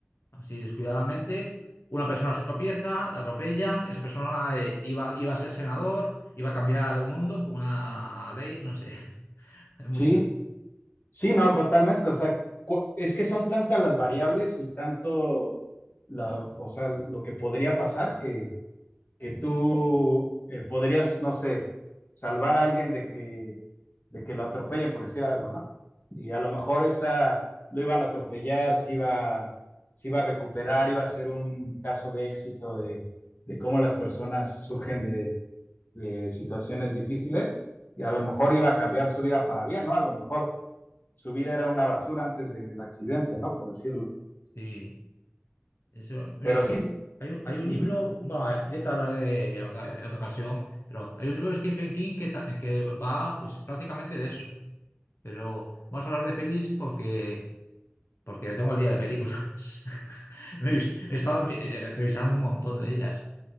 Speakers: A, on the left; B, on the left.
A: así descuidadamente. Una persona se tropieza, la atropellan, esa persona eh, iba, iba a ser senador, iba a cambiar el mundo con una ley, no sé, <laughs> hay muchas.
B: Sí, sí, no, totalmente. O sea, cu- es que son tantas las variables y tanto, la, o sea, lo que podría pasar que, que tú eh, podrías, no sé, salvar a alguien de que de que lo atropellen, por decir algo, ¿no? Y a lo mejor esa lo iban a atropellar, se iba, se iba a recuperar, iba a ser un caso de éxito de, de cómo las personas surgen de, de situaciones difíciles y a lo mejor iba a cambiar su vida para bien, ¿no? A lo mejor su vida era una basura antes del accidente, ¿no? Por decirlo.
A: Sí, eso, mira,
B: Pero sí,
A: hay, hay un hay un
B: ujú,
A: libro, bueno, eh, ya te hablaré en otra, en otra ocasión, pero hay un libro de Stephen King que, ta- que va pues prácticamente de eso. Pero vamos a hablar de pelis porque, porque tengo el día de películas. <laughs> Me he vis- he estado eh, revisando un montón de ellas.